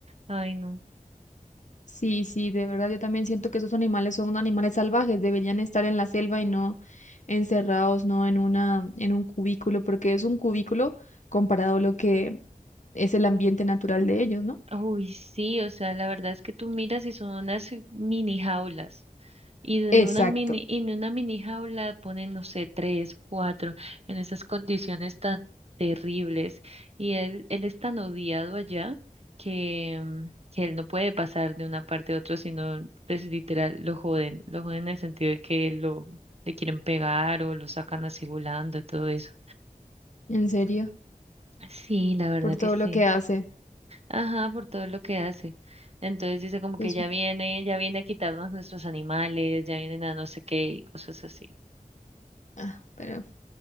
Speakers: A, on the right (about 45°); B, on the left (about 60°).
A: Ay, no.
B: sí, sí, de verdad yo también siento que esos animales son animales salvajes, deberían estar en la selva y no encerrados, no en una, en un cubículo, porque es un cubículo comparado a lo que es el ambiente natural de ellos, ¿no?
A: Uy, sí, o sea, la verdad es que tú miras y son unas mini jaulas. Y en
B: Exacto.
A: una mini, en una mini jaula ponen, no sé, tres, cuatro, en esas condiciones tan terribles. Y él, él es tan odiado allá que, mm, que él no puede pasar de una parte a otra, sino, pues literal, lo joden. Lo joden en el sentido de que lo, le quieren pegar o lo sacan así volando y todo eso.
B: En serio,
A: Sí, la verdad
B: por todo
A: que sí.
B: lo que hace.
A: Ajá, por todo lo que hace. Entonces dice como
B: Pues,
A: que ya viene, ya viene a quitarnos nuestros animales, ya vienen a no sé qué y cosas así.
B: ah, pero